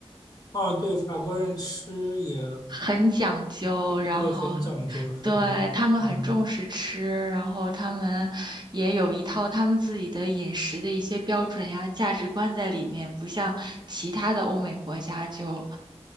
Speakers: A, on the left; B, on the right.
A: 哦，对，法国人吃也
B: 很讲究，
A: 对对，
B: 然后
A: 很讲究，是的，
B: 对他们很重视吃，
A: 嗯，
B: 然后他们也有一套他们自己的饮食的一些标准呀、价值观在里面，不像其他的欧美国家就